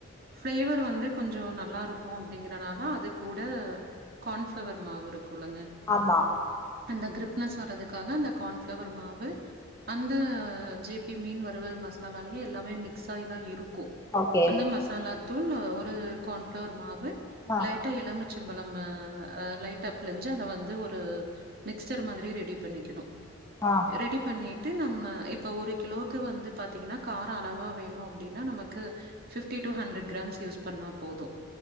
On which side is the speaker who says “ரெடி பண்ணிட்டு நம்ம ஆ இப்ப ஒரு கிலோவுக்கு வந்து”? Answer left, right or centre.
Right